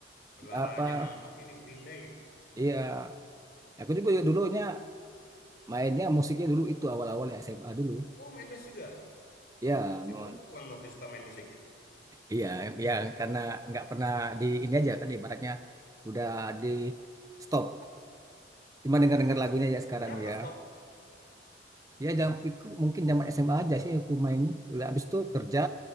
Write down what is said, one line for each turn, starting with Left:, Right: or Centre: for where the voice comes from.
Left: seleraannya
Right: apa
Left: mantep ini Green Day.
Right: iya Aku juga dulunya mainnya musiknya dulu itu awal-awal ya SMA dulu
Left: Oh, main musik juga.
Right: ya
Left: Saya
Right: mon
Left: baru tahu Kang Novi suka main musik.
Right: iya ya karena nggak pernah di ini aja kan ibaratnya udah di stop cuma dengar-dengar
Left: Udah
Right: lagunya
Left: stop.
Right: ya sekarang
Left: Kenapa
Right: ya
Left: stop?
Right: ya jam, ik- mungkin zaman SMA aja sih aku mainnya udah habis itu kerja